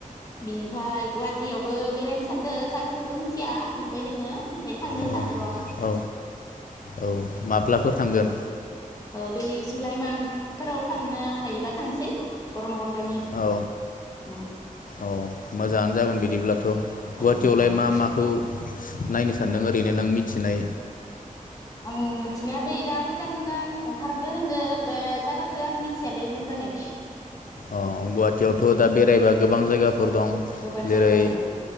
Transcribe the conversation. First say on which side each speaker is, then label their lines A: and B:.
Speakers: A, on the left; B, on the left.
A: बिनिफ्राय गुवाहाटियावबो बेरायनो सानदों जागाखौथ' मिथिया नुबाय दोङो ओमफाय थांनो
B: औ
A: सानदो र'
B: औ औ माब्लाफोर थांगोन
A: ओ बै जुलाइ मान्थफोराव थांनो हायोबा थांसै गरम बन्द दनि
B: औ
A: उम
B: औ मोजाङानो जागोन बिदिब्लाथ' गुवाटियावलाय
A: उम उम
B: मा माखौ नायनो सानदों? ओरैनो नों मिथिनाय
A: आं मिथिनाया बै दा गोदान गोदान ओंखारदो होनदो बा जागाखौ आं मिथियालायै मोजाङै
B: अ गुवाहाटियावथ' दा बेरायबा गोबां जायगाफोर फोर दं
A: गोबां
B: जेरै
A: जायगा दङ